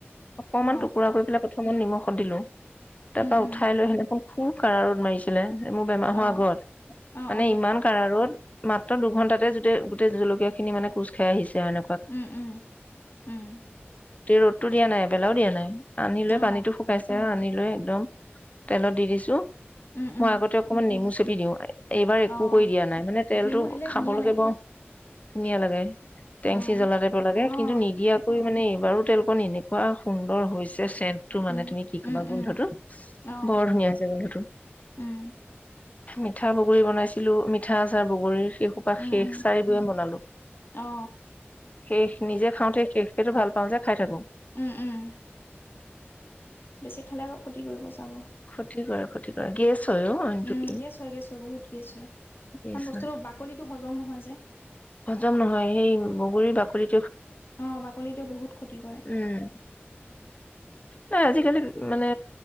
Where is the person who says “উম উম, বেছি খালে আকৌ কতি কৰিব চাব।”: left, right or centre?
Left